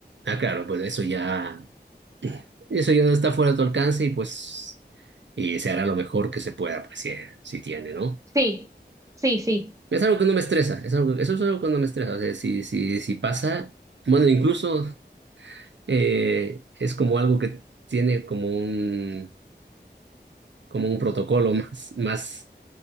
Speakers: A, on the right (about 85°); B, on the right (about 15°).
A: Ah, claro, pues eso ya, eso ya no está fuera de tu alcance y pues y se hará lo mejor que se pueda, pues si, si tiene,
B: <laughs>
A: ¿no?
B: sí, sí, sí.
A: Es algo que no me estresa, es algo, eso es algo que no me estresa, o sea, si, si, si pasa, bueno, incluso eh, es como algo que tiene como un, como un protocolo <laughs> más, más,